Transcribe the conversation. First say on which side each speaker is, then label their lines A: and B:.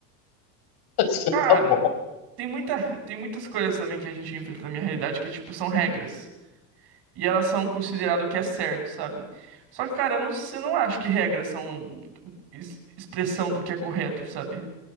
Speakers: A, on the left (about 50°); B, on the right (about 50°).
A: <laughs> acho que
B: Cara.
A: tá bom.
B: Tem muita, tem muitas coisas também que a gente enfrenta na minha realidade que, tipo, são regras. E elas são consideradas o que é certo, sabe? Só que, cara, eu não, eu não acho que regras são es- expressão do que é correto, sabe?